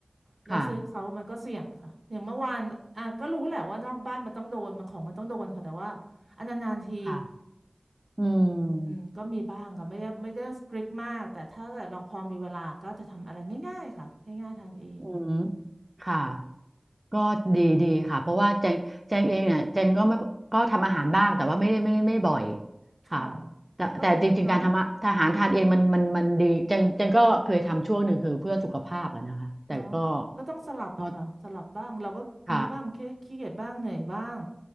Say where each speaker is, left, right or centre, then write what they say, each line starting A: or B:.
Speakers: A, on the right; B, on the right.
A: แล้วซื้อเขามันก็เสี่ยงค่ะอย่างเมื่อวานอ่ะก็รู้แหละว่านอกบ้านมันต้องโดนมันของมันต้องโดนค่ะแต่ว่าอันนานๆที
B: ค่ะค่ะอืม
A: อืมก็มีบ้างค่ะไม่ได้ไม่ได้สตริกมากแต่ถ้าเกิดเราพอมีเวลาก็จะทำอะไรง่ายๆค่ะง่ายๆทานเอง
B: อืมค่ะ ก็ดีดีค่ะเพราะว่าแจงแจงเองเนี่ยแจงก็ไม่ก็ทำอาหารบ้างแต่ว่าไม่ได้ไม่ไม่บ่อย
A: ค่ะ
B: ค่ะแต่แต่จริงๆการทำอะทำอาหารทานเองมันมันมันดีแจงแจงก็เคยทำช่วงหนึ่งคือเพื่อสุขภาพอะนะคะแต่ก็
A: ก็เนาะ เนาะก็ต้องสลับอะค่ะสลับบ้างเราก็มีบ้างขี้ขี้เกียจบ้างเหนื่อยบ้าง
B: ก็ค่ะ